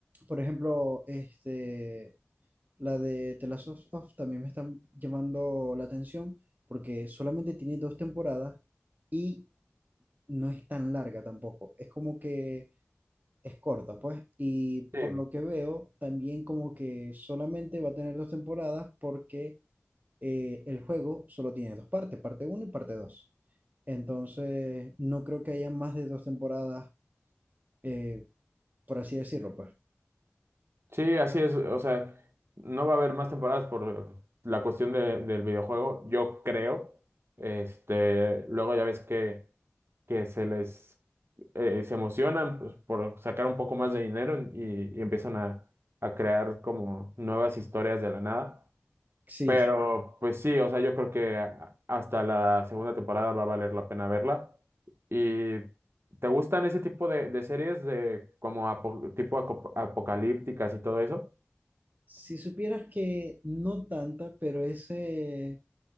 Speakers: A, on the right; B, on the right.
A: Por ejemplo, este, La de The Last of Us también me está llamando la atención porque solamente tiene dos temporadas y no es tan larga tampoco. Es como que es corta, pues. Y por
B: Sí.
A: lo que veo, también como que solamente va a tener dos temporadas porque eh, el juego solo tiene dos partes, parte uno y parte dos Entonces, no creo que haya más de dos temporadas, eh, por así decirlo, pues.
B: Sí, así es. O sea, no va a haber más temporadas por la cuestión de- del videojuego, yo creo. Este, luego ya ves que, que se les eh, se emocionan pues, por sacar un poco más de dinero y, y empiezan a, a crear como nuevas historias de la nada.
A: Sí,
B: Pero pues sí, o sea, yo creo que a- hasta la segunda temporada va a valer la pena verla. ¿Y te gustan ese tipo de, de series de como apo- tipo aco- apocalípticas y todo eso?
A: si supieras que no tanta, pero ese...